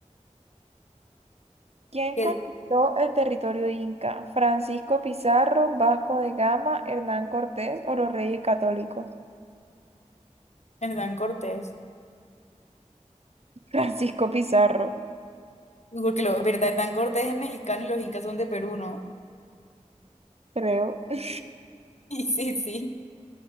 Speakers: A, on the right; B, on the left.
A: ¿Quién
B: que
A: conquistó el territorio inca? ¿Francisco Pizarro, Vasco de Gama, Hernán Cortés o los Reyes Católicos?
B: Hernán Cortés.
A: <laughs> Francisco Pizarro,
B: Porque lo, verdad, Hernán Cortés es mexicano y los incas son de Perú, ¿no?
A: creo. <laughs>
B: <laughs> Y sí, sí.